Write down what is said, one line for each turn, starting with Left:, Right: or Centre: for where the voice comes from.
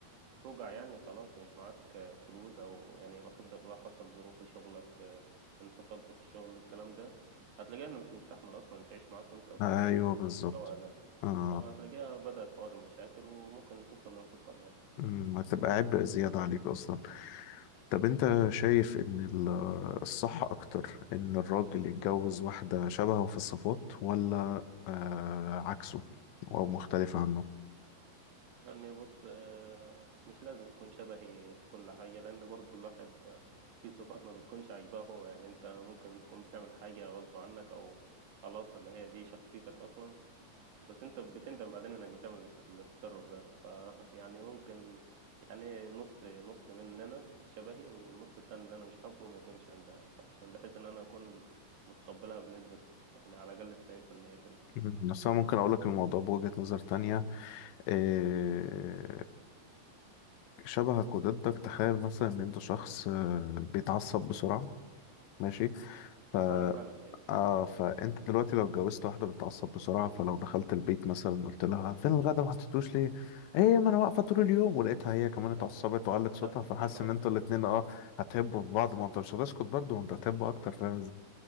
Right: هتوجع يعني خلاص مش معاك آه، فلوس او يعني لا قدر الله حصل ظروف في شغلك آه، انفصلت في الشغل الكلام ده هتلاقيها انه مش مستحمل اصلا تعيش معاك وانت في
Left: ايوه
Right: ال-
Left: بالظبط
Right: في المستوى اقل
Left: اه
Right: هتلاقيها بدأت حوار المشاكل وممكن توصل لانفصال يعني
Left: امم هتبقى عبء زيادة عليك اصلا طب انت شايف ان ال- الصح اكتر ان الراجل يتجوز واحدة شبهه في الصفات ولا آه عكسه او مختلف عنه
Right: يعني بص آه، مش لازم تكون شبهي في كل حاجة لأن برضو الواحد آه، في صفات ما بتكونش عاجباه هو يعني أنت ممكن تكون بتعمل حاجة غصب عنك أو خلاص اللي هي دي شخصيتك أصلا بس أنت بتندم بعدين إنك بتعمل التصرف ده فيعني <laughs> ممكن يعني نص نص مننا شبهي والنص التاني اللي أنا مش حابه ما يكونش عندها عشان بحيث إن أنا أكون متقبلها بنسبة يعني على الأقل 90% كده
Left: مم. بس أنا ممكن أقولك الموضوع بوجهة نظر تانية إيه، شبهك وضدك تخيل مثلا إن أنت شخص آه، بيتعصب بسرعة ماشي ف...
Right: وأنا فعلا كده
Left: آه فأنت دلوقتي لو اتجوزت واحدة بتتعصب بسرعة فلو دخلت البيت مثلا قلت لها فين الغدا ما حطيتوش ليه؟ إيه ما أنا واقفة طول اليوم ولقيتها هي كمان اتعصبت
Right: <laughs>
Left: وعلت صوتها
Right: هبت
Left: فحاسس
Right: فيك على
Left: إن
Right: طول
Left: أنتوا الاتنين أه هتحبوا في بعض ما أنت مش هتسكت برضه ما أنت هتحبوا أكتر فاهم